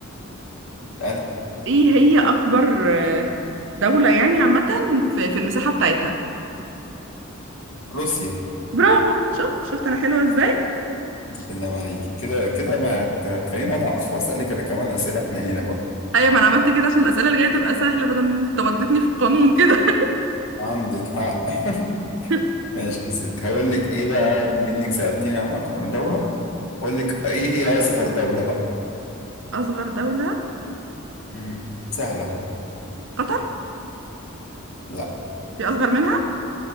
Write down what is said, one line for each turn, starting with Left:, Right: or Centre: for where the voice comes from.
Left: اسألي
Right: ايه هي اكبر آه، دولة يعني عامة في في المساحة بتاعتها
Left: روسيا
Right: برافو شفت شفت انا حلوة ازاي
Left: السلام عليكي كده كده ما ت- خليني أضعف وأسألك أنا كمان أسئلة حنينة برضه
Right: ايوه ما انا عملت كده عشان الاسئلة اللي جاية تبقى سهلة بدل ما انت ودتني في القانون كده
Left: عندك حق
Right: <laughs>
Left: <laughs> ماشي يا ست هقول لك ايه بقى منك سألتيني عن اكبر دولة هقول لك ايه هي اصغر دولة بقى
Right: اصغر دولة
Left: مم. سهلة
Right: قطر
Left: لا
Right: في اصغر منها